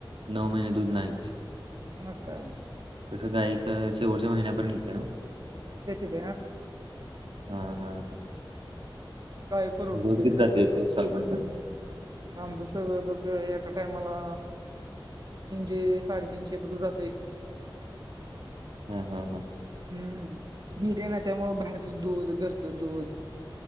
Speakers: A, on the right; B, on the right.
A: नऊ महिने, दूध नाहीच.
B: मग काय?
A: तस गाईचं, शेवटच्या महिन्यापर्यंत ते ना?
B: <unintelligible> ह
A: हा हा हा,
B: गाय परवडते
A: दूध
B: ते
A: किती
B: बी
A: जाते
B: ना
A: दिवसाला तुमचं?
B: आमचं सगळ बग, एका टायमाला, तीनशे-साडेतीनशे पर्यंत जातय.
A: हं हं हं.
B: हम्म, डिअरी ना त्यामुळं बाहेरच दूध, घरचं दूध